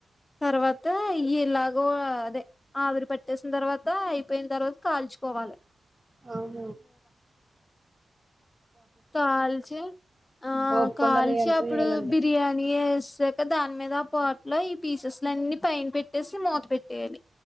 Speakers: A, on the left; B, on the right.
A: తర్వాత ఇలాగో అదే ఆవిరి పట్టేసిన తర్వాత అయిపోయిన తర్వాత కాల్చు కోవాలే
B: అహ
A: కాల్చి ఆ
B: ఓపికుండాలి
A: కాల్చి
B: ఎంత
A: అప్పుడు
B: చేయాలంటే
A: బిర్యాని ఎస్ సాక దాని మీద ఆ ప్లేట్లో ఈ పీసెస్లన్ని పైన పెట్టేసి మూత పెట్టేయాలి